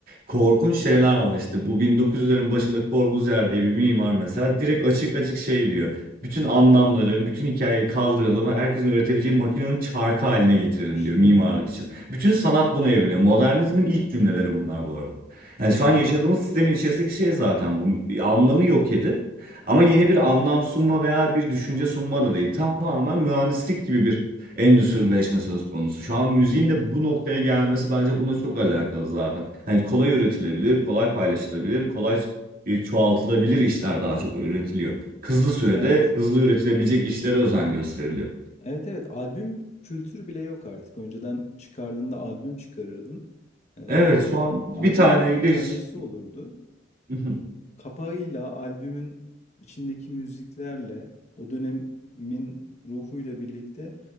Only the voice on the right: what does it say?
korkunç şeyler var işte. Bu 1900'lerin başında Corbusier diye bir mimar mesela direkt açık açık şey diyor. Bütün anlamları, bütün hikayeyi kaldıralım. Herkesin üretebileceği makinenin çarkı haline getirelim
diyor mimarlık
için.
Bütün sanat buna evriliyor. Modernizmin ilk cümleleri bunlar bu arada. Yani
şu
an yaşadığımız sistemin içerisindeki şey zaten bu. Anlamı yok edip ama yeni bir anlam sunma veya bir düşünce sunma da değil. Tamamen mühendislik gibi bir endüstrileşme söz konusu. Şu an müziğin
de bu noktaya gelmesi bence bununla çok alakalı zaten. Hani kolay üretilebilir, kolay paylaşılabilir, kolay e, çoğaltılabilir işler daha çok üretiliyor. Hızlı sürede
hızlı üretilebilecek işlere özen gösteriliyor.
Evet şu an bir
tane
bir
<laughs>